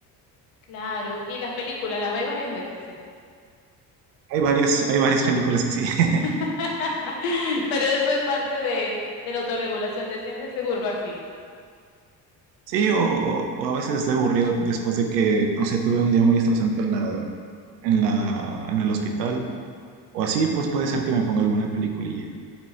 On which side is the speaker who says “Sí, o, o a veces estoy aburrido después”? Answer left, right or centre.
Right